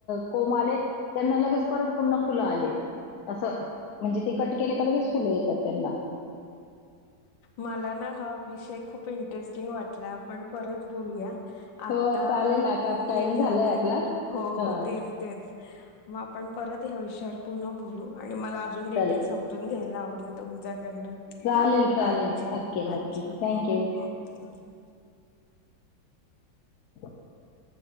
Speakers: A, on the left; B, on the left.
A: कोम आले त्यांना लगेच परत पुन्हा फुलं आले असं म्हणजे ते कट केले का लगेच फुलं येतात त्यांना.
B: मला ना हा विषय खूप इंटरेस्टिंग वाटला आपण परत बोलूया
A: हो
B: आता
A: चालेल आता टाइम
B: हे झालंय
A: झालाय आपला
B: हो हो
A: हा
B: तेच तेच. मग आपण परत ह्या विषयावर पुन्हा बोलू आणि मला अजून डिटेल
A: चालेल
B: समजून घ्यायला आवडल तुम च्याकडन
A: चालेल
B: हां
A: चालेल
B: अच्छा
A: नक्की
B: अच्छा
A: नक्की थँक्यू
B: हो हो थँक यू
A: <inaudible>